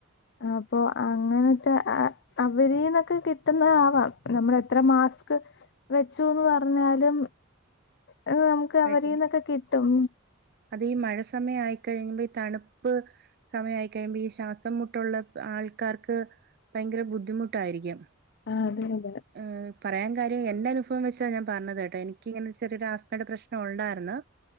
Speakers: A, on the left; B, on the right.
A: അപ്പൊ അങ്ങനത്തെ ആഹ് അവരീന്നൊക്കെ കിട്ടുന്നതാവാം നമ്മെളെത്ര മാസ്ക് വെച്ചൂന്ന് പറഞ്ഞാലും ചും നമുക്ക് അവരീന്നൊക്കെ
B: കഴിക്കുന്നു
A: കിട്ടും
B: അത് ഈ മഴ സമയം ആയിക്കഴിയുമ്പോ ഈ തണുപ്പ് സമയമായിക്കഴിയുമ്പൾ ഈ ശ്വാസം മുട്ടുള്ള ആൾക്കാർക്ക് ഭയങ്കര ബുദ്ധിമുട്ടായിരിക്കും
A: ആഹ് അതെ അതെ
B: ഏഹ് പറയാൻ കാര്യം എന്റെ അനുഭവം വെച്ചാ ഞാൻ പറഞ്ഞത് കേട്ടോ എനിക്കിങ്ങനെ ചെറിയൊരു ആസ്മയുടെ പ്രശ്നം ഉണ്ടായിരുന്നു